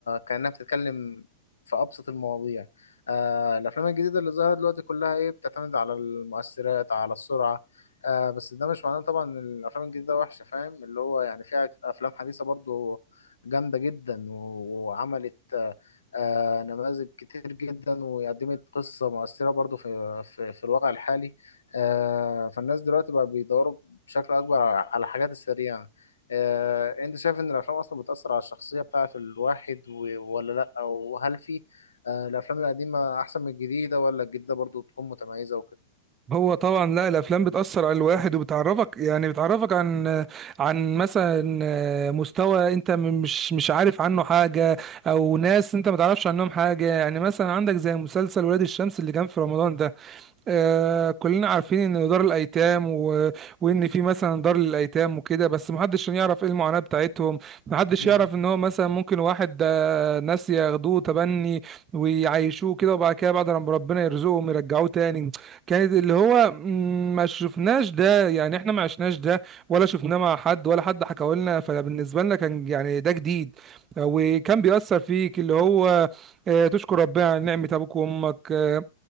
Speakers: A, on the left; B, on the right.
A: كأنها بتتكلم في أبسط المواضيع آه، الأفلام الجديدة اللي ظهرت دلوقتي كلها إيه بتعتمد على المؤثرات على السرعة آه، بس ده مش معناه طبعا إن الأفلام الجديدة وحشة فاهم اللي هو يعني فيها أفلام حديثة برضو جامدة جدا و- وعملت آه، آه، نماذج كتير جدا وقدمت قصة مؤثرة برضو في في, في الواقع الحالي آه، فالناس دلوقتي بقى بيدوروا بشكل أكبر على على الحاجات السريعة آه، انت شايف ان الافلام اصلا بتأثر على الشخصية بتاعت الواحد و- ولا لا وهل في آه، الافلام القديمة احسن من الجديدة ولا الجديدة برضو تكون متميزة وكده
B: هو طبعا لا الافلام بتاثر على الواحد وبتعرفك يعني بتعرفك عن عن مثلا آه، مستوى انت م- مش مش عارف عنه حاجه او ناس انت ما تعرفش عنهم حاجه يعني مثلا عندك زي مسلسل ولاد الشمس اللي كان في رمضان ده آه كلنا عارفين ان دار الايتام و... وان في مثلا دار للايتام وكده بس محدش يعرف ايه المعاناة بتاعتهم محدش
A: امم
B: يعرف ان هو مثلا ممكن واحد ده ناس ياخدوه تبني ويعيشوه كده وبعد كده بعد لما ربنا يرزقهم يرجعوه تاني كانت اللي هو مم، ما شفناش ده يعني احنا ما عشناش ده ولا شفناه مع حد ولا حد حكى لنا فبالنسبة لنا كان يعني ده جديد آه، وكان بيأثر فيك اللي هو آه، تشكر ربنا على نعمة ابوك وامك آه،